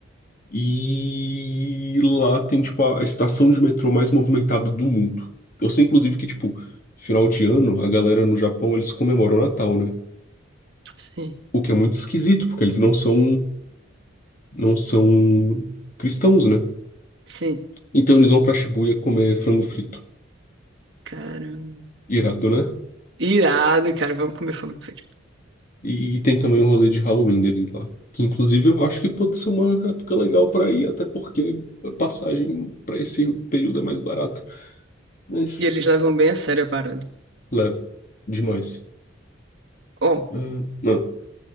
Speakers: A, on the left; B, on the right.
A: E lá tem, tipo, a a estação de metrô mais movimentada do mundo. Eu sei, inclusive, que, tipo, final de ano, a galera no Japão, eles comemoram o Natal, né?
B: Sim.
A: O que é muito esquisito, porque eles não são não são cristãos, né?
B: Sim.
A: Então eles vão pra Shibuya comer frango frito.
B: Caramba.
A: Irado, né?
B: Irado, cara. Vamos comer frango frito.
A: E, e tem também o rolê de Halloween deles lá. Que inclusive eu acho que pode ser uma época legal pra ir, até porque a passagem pra esse período é mais barata. Mas
B: E eles levam bem a sério a parada.
A: leve. Demais.
B: Ó,
A: Ah, não,